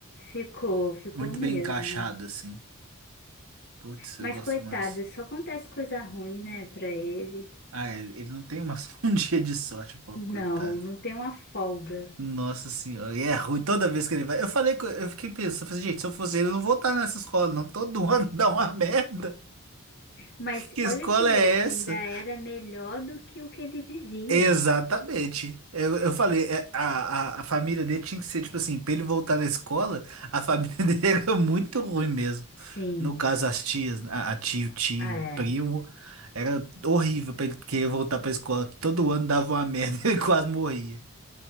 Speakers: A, on the left; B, on the right.
A: ficou, ficou
B: Muito
A: mesmo.
B: bem encaixado, assim. Putz, eu
A: Mas
B: gosto
A: coitado,
B: demais.
A: só acontece coisa ruim, né, pra ele.
B: Ah, ele, ele não tem uma, <laughs> um dia de sorte, pô,
A: Não,
B: coitado.
A: não tem uma folga.
B: Nossa senhora, e é ruim toda vez que ele vai. Eu falei, co- eu fiquei pensando, falei, gente, se eu fosse ele, eu não voltar nessa escola, não. Todo ano <laughs> dá uma merda.
A: Mas
B: Que escola
A: olha que louco,
B: é essa?
A: ainda era melhor do que o que ele vivia.
B: Exatamente. Eu, eu falei, é, a, a, a família dele tinha que ser, tipo assim, pra ele voltar na escola, a família <laughs> dele era muito ruim mesmo.
A: Sim,
B: No caso, as tias, a, a tio, tio,
A: é.
B: primo, era horrível pra ele querer voltar pra escola. Todo ano dava uma merda, <laughs> ele quase morria.